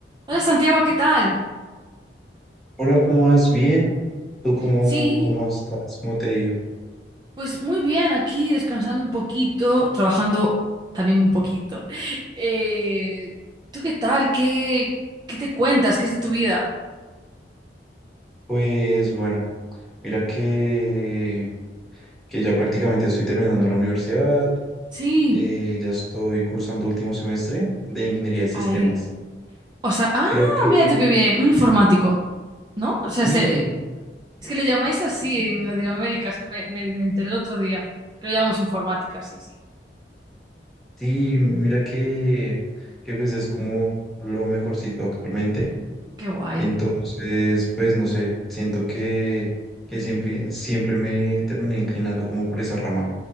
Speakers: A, on the right; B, in the centre.
A: Hola Santiago, ¿qué tal?
B: Hola, ¿cómo vas? Bien. ¿Tú cómo,
A: Sí,
B: cómo estás? ¿Cómo te ha ido?
A: pues muy bien, aquí descansando un poquito, trabajando también un poquito. <laughs> Eh, ¿tú qué tal? ¿Qué, qué te cuentas? ¿Qué es de tu vida?
B: Pues bueno, mira que, que ya prácticamente estoy terminando la universidad,
A: Sí,
B: eh, ya estoy cursando último semestre de ingeniería de sistemas.
A: ay. O sea, ah,
B: Creo que
A: mira tú qué bien, un informático, ¿no? O sea,
B: sí,
A: se- es que le llamáis así en Latinoamérica, es que me, me, me enteré el otro día, que lo llamamos informática, sí, sí.
B: sí, mira que, que pues es como lo mejorcito actualmente.
A: Qué guay.
B: Entonces, pues no sé, siento que, que siempre, siempre me terminé inclinando como por esa rama.